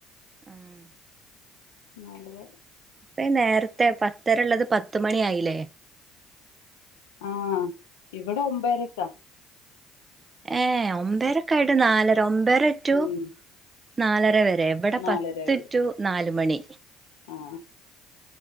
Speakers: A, on the right (about 30°); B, on the left (about 80°).
A: ഉം
B: നല്ലത്.
A: ഇപ്പം നേരത്തെ പത്തര ഉള്ളത് പത്ത് പത്ത് മണി ആയില്ലേ?
B: ആം ഇവിടെ ഒമ്പേരക്കാ.
A: ഏ ഒമ്പേരൊക്കൊയിട്ടു നാലര ഒമ്പേര റ്റു
B: ഉം
A: നാലര വരെ എവിടെ
B: നാലര
A: പത്ത്
B: വരെ
A: റ്റു നാല് മണി.
B: ആ